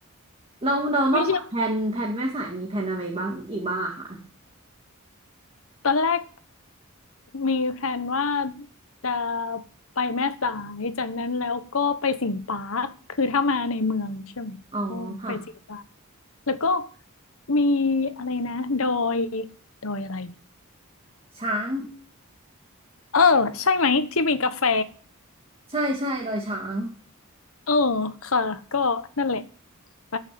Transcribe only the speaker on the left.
ไม่ใช่ตอนแรก มีแพลนว่าจะไปแม่สายจากนั้นแล้วก็ไปสิงห์ปาร์คคือถ้ามาในเมืองใช่ไหมก็ไปสิงห์ปาร์ค
แล้วก็มีอะไรนะดอยดอยอะไร
เออใช่ไหมที่มีกาแฟ
เออค่ะก็นั่นแหละไป